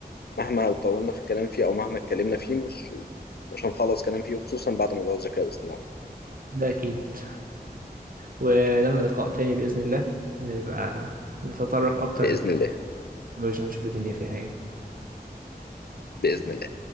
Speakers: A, on the left; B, on the right.
A: مهما طولنا في الكلام فيه او مهما اتكلمنا فيه مش مش هنخلص كلام فيه خصوصا بعد موضوع الذكاء الاصطناعي
B: ده اكيد ولنا لقاء تاني باذن الله نبقى نتطرق اكتر
A: بإذن الله
B: للتكنولوجيا ونشوف الدنيا فيها ايه
A: بإذن الله